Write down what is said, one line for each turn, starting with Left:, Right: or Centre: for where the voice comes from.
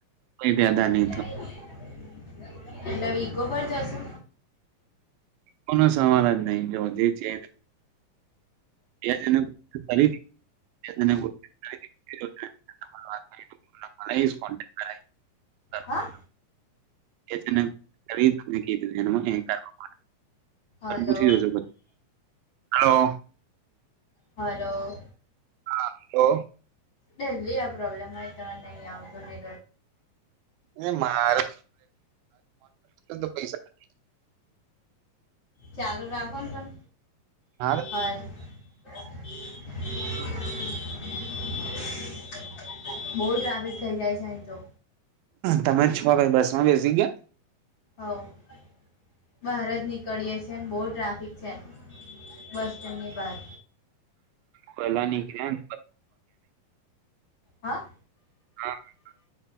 Right: કોઈ પેદા
Left: હરે
Right: નહી થયો
Left: <unintelligible> એટલે વીકો પરજ છો?
Right: કો સવાલ જ નહી જો જે છે. એરી <unintelligible> કોેક્ટ કર છે <unintelligible> <unintelligible>
Left: હા
Right: કીધી એ કર પૂછી
Left: હલો
Right: જજો હલો.
Left: હલો.
Right: હાલો.
Left: ડલી આ પ્રોબ્લેમ તમારે નહી આવતું ને.
Right: એ મારે ફન પૈસા <unintelligible>
Left: ચાલુ રાખોન પણ.
Right: હા.
Left: ઘર <unintelligible> બહ ટ્રાફિક થઈ જાય છે અહી તો.
Right: તમે જ છો કઈ બસ માં બેસી ગયા?
Left: હ બહાર જ નીકળયે છીએ ને બહુ ટ્રાફિક છે. બસ તેમની બાર.
Right: પહેલા નીકળ્યા
Left: હા?
Right: હા <unintelligible>